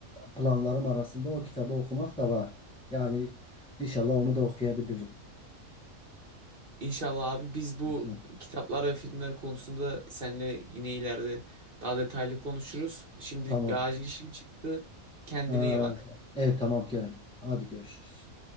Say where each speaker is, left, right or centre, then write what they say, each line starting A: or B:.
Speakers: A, in the centre; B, on the right.
A: planlarım arasında o kitabı okumak da var. Yani inşallah onu da okuyabilirim.
B: İnşallah abi biz bu
A: İnşallah.
B: kitaplar ve filmler konusunda seninle yine ileride daha detaylı konuşuruz. Şimdilik
A: Tamam.
B: bir acil işim çıktı. Kendine
A: Ee,
B: iyi bak.
A: evet tamam Kerem. Hadi görüşürüz.